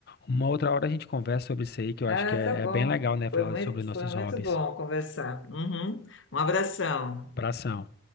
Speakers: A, on the left (about 55°); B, on the left (about 75°).
A: uma outra hora a gente conversa sobre isso aí, que eu
B: Ah,
A: acho que é,
B: tá bom.
A: é bem legal, né? Falar
B: Foi muito,
A: sobre nossos
B: foi muito
A: hobbies.
B: bom conversar. Uhum. Um abração.
A: Abração.